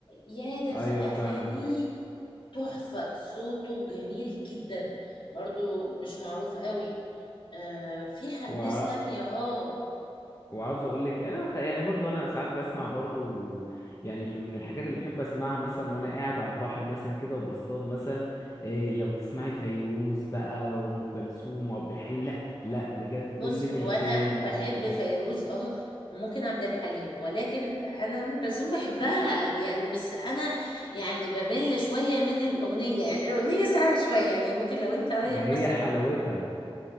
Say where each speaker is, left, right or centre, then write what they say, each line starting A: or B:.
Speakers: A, on the left; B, on the left.
A: يا ده
B: ايوه
A: في اغانيه
B: فاهمك
A: تحفة صوته جميل جدا برضو مش معروف قوي آه في ح-
B: وع...
A: ناس تانية اه
B: وعاوز اقول لك انا خ- يعني برضو انا ساعات بسمع برضو يعني في من الحاجات اللي بحب اسمعها مثلا وانا قاعد على البحر مثلا كده وبصطاد مثلا إيه لو تسمعي فيروز بقى وام كلثوم وعبد الحليم لا لا بجد
A: بص
B: دول ليفل
A: هو
B: تاني
A: انا بحب
B: خالص
A: فيروز اه وممكن عبد الحليم ولكن انا ام كلثوم بحبها يعني بس انا يعني بمل شويه من الاغنيه يعني الاغنيه ساعه شويه يعني ممكن لو انت رايح
B: ده هي
A: مثلا
B: حلاوتها